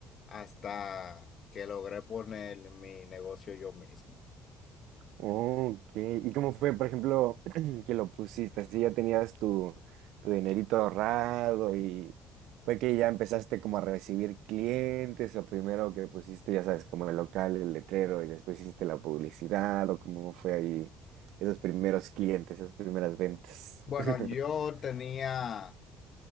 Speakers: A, on the left; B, on the right.
A: hasta que logré poner mi negocio yo mismo.
B: Ok, ¿y cómo fue, por ejemplo, <clears throat> que lo pusiste? Así ya tenías tu, tu dinerito ahorrado y fue que ya empezaste como a recibir clientes o primero que pusiste, ya sabes, como el local, el letrero y después hiciste la publicidad o cómo fue ahí esos primeros clientes, esas primeras ventas.
A: Bueno,
B: <laughs>
A: yo tenía